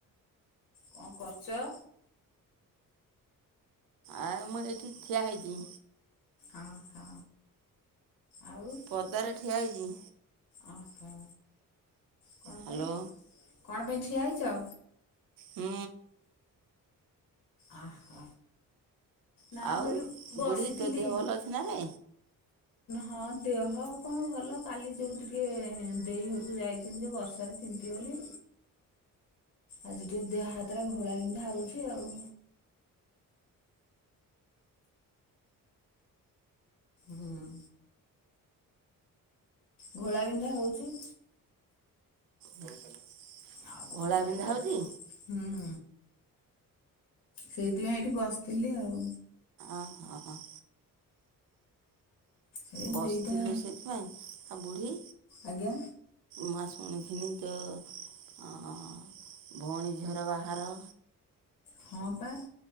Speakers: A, on the left (about 65°); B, on the right (about 75°).
A: କଣ କରୁଚ?
B: ଆ ମୁଁ ଏଠି ଠିଆ ହେଇଛି।
A: ଓହୋ ଆଉ
B: ପଦାରେ ଠିଆ ହେଇଛି।
A: ଓହୋ କଣ
B: ହ୍ୟାଲୋ
A: ପାଇଁ କଣ ପାଇଁ ଠିଆ ହେଇଛ?
B: ହୁଁ।
A: ଅହ। ନା
B: ଆଉ
A: ମୁଁ ଏଇଠି ବସିଥିଲି।
B: ବୁଢ଼ୀ ତୋ ଦେହ ଭଲ ଅଛି ନା ରେ
A: ହଁ ଦେହ କଣ ଭଲ କାଲି ଯୋଉ ଟିକେ ଦେଇ ଘରକୁ ଯାଇଥିନି ଯେ ବର୍ଷାରେ ତିନ୍ତି ପିଆଲି? ଆଜି ଟିକେ ଦେହ ହାତରା ଘୋଳାବିନ୍ଧା ହୋଉଛି ଆଉ। ହୁଁ। ଘୋଳା ବିିନ୍ଧା ହୋଉଛି।
B: ବୋହୁତ ହେଲା।
A: ଆଉ କଣ
B: ଘୋଳାବିିନ୍ଧା
A: କରିବା?
B: ହୋଉଛି।
A: ହୁଁ ସେଇଥିପାଇଁ ଏଇଠି ବସିଥିଲି ଆଉ।
B: ଅ ହ।
A: ଏ
B: ବସିଥିଲୁ
A: ଦେଇଦା
B: ସେଥିପାଇଁ ଆଉ ବୁଢ଼ୀ?
A: ଆଜ୍ଞା
B: ମା ଶୁଣିଥିନି ତ? ହଁ ଭଉଣୀ ଝିଅର ବାହାର।
A: ହଁ ପା